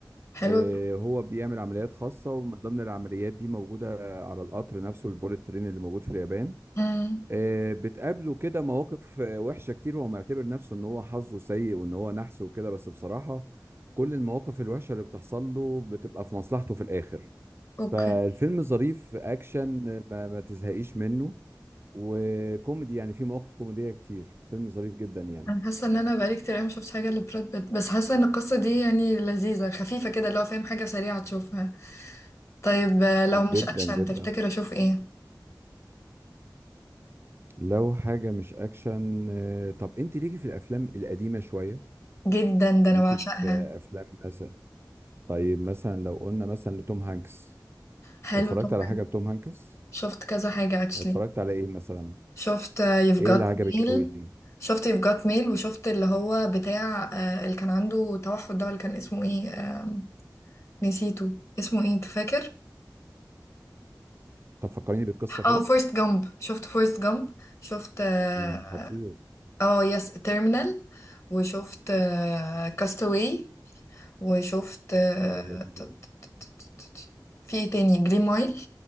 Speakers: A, on the left; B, on the right.
A: حلو
B: آه، هو بيعمل عمليات خاصة ومن ضمن العمليات دي موجودة على القطر نفسه البوليت ترين اللي موجود في اليابان
A: امم
B: آه، بتقابله كده مواقف آه، وحشة كتير وهو معتبر نفسه ان هو حظه سيء وان هو نحس وكده بس بصراحة كل المواقف الوحشة اللي بتحصل له بتبقى في مصلحته في الآخر
A: اوكي
B: فالفيلم ظريف أكشن آه، ما, ما تزهقيش منه وكوميدي يعني في مواقف كوميدية كتير فيلم ظريف جدا يعني
A: انا حاسه ان انا بقالي كتير قوي ما شفتش حاجه لبراد بيت بس حاسه ان القصه دي يعني لذيذه خفيفه كده لو فاهم حاجه سريعه تشوفها طيب آه، لو
B: جدا
A: مش اكشن
B: جدا
A: تفتكر اشوف ايه
B: لو حاجة مش أكشن آه، طب أنت ليكي في الأفلام القديمة شوية
A: جدا ده انا
B: ليكي
A: بعشقها
B: في افلام مثلا طيب مثلا لو قلنا مثلا لتوم هانكس
A: حلو
B: اتفرجت
A: طبعا
B: على حاجه لتوم هانكس
A: شفت كذا حاجه اكشلي
B: اتفرجت على ايه مثلا
A: شفت يف
B: ايه
A: جات
B: اللي عجبك
A: ميل
B: قوي ليه
A: شفت يف جات ميل وشفت اللي هو بتاع آه، اللي كان عنده توحد ده اللي كان اسمه ايه آم، نسيته اسمه ايه انت فاكر
B: طب فكريني بالقصه كده
A: اه فورست جامب شفت فورست جامب شفت آه،
B: امم خطير
A: اه يس تيرمينال وشفت آه، كاستاوي وشفت آه،
B: حلو جدا.
A: ت- ت- ت- ت- ت- ت- في ايه تاني جرين مايل